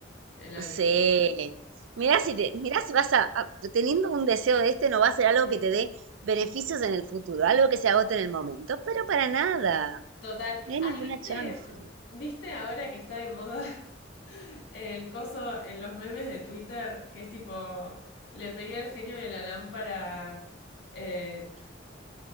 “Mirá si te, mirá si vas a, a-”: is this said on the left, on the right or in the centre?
Right